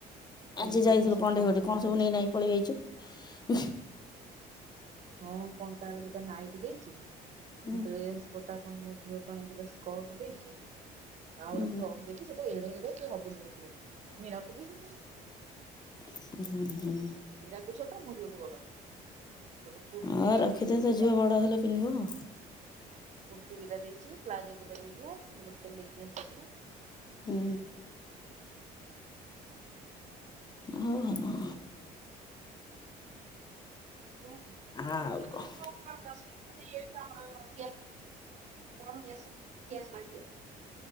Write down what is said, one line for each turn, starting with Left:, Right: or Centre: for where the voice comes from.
Right: କାଲି
Left: ଆଜି
Right: ବୋଉ
Left: ଯାଇଥିଲୁ
Right: କଣ କହୁଥିଲା
Left: କଣ୍ଢେଇ ଘଟି
Right: ମେଡିକାଲ
Left: କଣ ସବୁ ନେଇ ନାଇଁ ପଳେଇ ଯାଇଛୁ।
Right: ହଁ କଣ ତାର ଦିଟା ନାଇଁଟି। ଦେଇଛି
Left: ହୁଁ
Right: ଡ୍ରେସ ପଟା କଣ ମୋ ଝିଅ ପାଇଁ ଦିଟା ସ୍କର୍ଟ ଦେଇଛି। ଆଉ
Left: ହୁଁ
Right: ଗୋଟେ ଫ୍ରକ୍ ଦେଇଛି ସେଇଟା ଏଡ଼େ ଏଡେ ହବୁନି ମୋ ଝିଅକୁ ମୀରାକୁ ବି ହବନି।
Left: ହୁଁ ହୁଁ।
Right: ମୀରାକୁ ଛୋଟ ମୁଁ ଝିଅକୁ ବଡ ସେଠୁ ଠୁ କୁର୍ତ୍ତିୀ
Left: ହଁ ରଖିଦେ
Right: ଦେଇଛି
Left: ତୋ
Right: ଦିଟା।
Left: ଝିଅ ବଡ ହେଲେ ପିନ୍ଧିବ।
Right: ହଁ କୁର୍ତ୍ତି ଦିଟା ଦେଇଛି ପ୍ଳାଜୋ ଦିଟା ଦେଇଥିଲା ଗୋଟେ ଲେଙ୍ଗିସ୍ ଦେଇଥିଲା।
Left: ହୁଁ। ହୋଉ ଭଲ।
Right: କଣ
Left: ଆଉ
Right: ନା
Left: କଣ
Right: ନା ତୋ ମ ପ୍ରଶ୍ନ କସ ଏଇଥିଲା ଆମର। ଇ କଣସସଙ୍କ